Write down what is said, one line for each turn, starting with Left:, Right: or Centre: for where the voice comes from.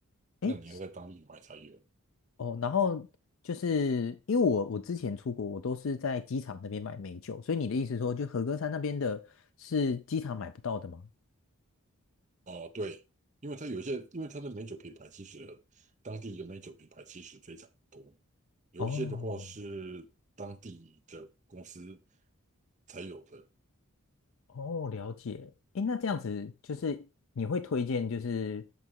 Left: 诶，
Right: 那你要在当地买才有。
Left: 哦，然后就是因为我我之前出国，我都是在机场那边买美酒，所以你的意思说，就和歌山那边的是机场买不到的吗？
Right: 哦、对，因为它有一些，因为它的美酒品牌其实当地的美酒品牌其实非常多，有一些的话是当地的公司
Left: 哦，
Right: 才有的。
Left: 哦，了解。诶，那这样子就是你会推荐，就是